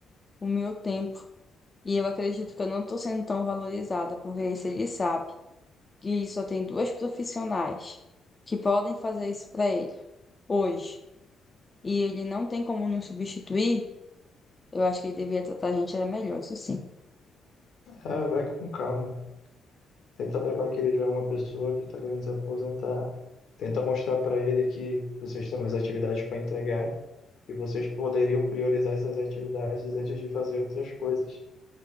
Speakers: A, on the left; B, on the left.
A: o meu tempo. E eu acredito que eu não tô sendo tão valorizada, porque se ele sabe. que só tem duas profissionais que podem fazer isso para ele hoje, e ele não tem como nos substituir, eu acho que ele deveria tratar a gente era melhor, isso sim.
B: Ah, vai com calma. Tenta levar que ele já é uma pessoa que está querendo se aposentar. Tenta mostrar para ele que vocês têm umas atividades para entregar e vocês poderiam priorizar essas atividades antes de fazer outras coisas.